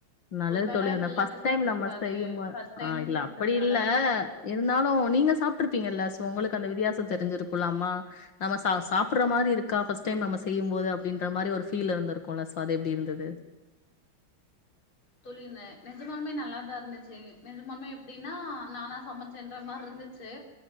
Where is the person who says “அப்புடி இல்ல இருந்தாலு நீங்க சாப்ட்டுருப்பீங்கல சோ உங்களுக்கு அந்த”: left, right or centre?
Left